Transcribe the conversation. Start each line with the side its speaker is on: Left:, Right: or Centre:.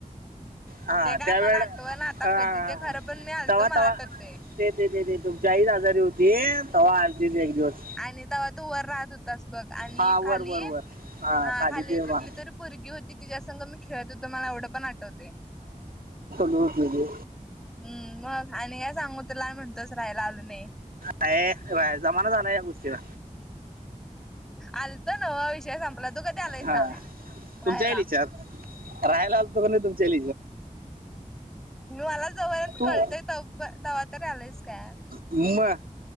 Right: हा
Centre: ते काय
Right: त्या
Centre: मला
Right: वेळा
Centre: आठवना आता
Right: अ
Centre: कधी ते खरं पण मी आलतो
Right: तवा्हा
Centre: मला
Right: तवा
Centre: आठवतय.
Right: ते ते ते ते तुमची आई एक आजारी होती तेव्हा आलतीस एक दिवस
Centre: आणि तेव्हा तु वर राहत होतास बघ आणि
Right: हा
Centre: खाली
Right: वर वर वर
Centre: हा खाली
Right: ते
Centre: कुठली
Right: वा-
Centre: तरी पोरगी होती तिच्या संघ मी खेळत होत मला एवढं पण आठवतंय
Right: हो
Centre: हम् मग आणि काय सांगू तुला म्हणतोस राहायला आलो नाही
Right: अ बा जमाना झाला या गोष्टीला
Centre: आलतो नव्ह विषय संपला तू कधी आलाय
Right: हा
Centre: सांग
Right: तुमच्या
Centre: राहायला
Right: आईला विचार राहायला आलतो का नाही तुमच्यां <inaudible>
Centre: मला जोपर्यंत
Right: तू
Centre: कळतंय तो तोवर आलंयस काय
Right: म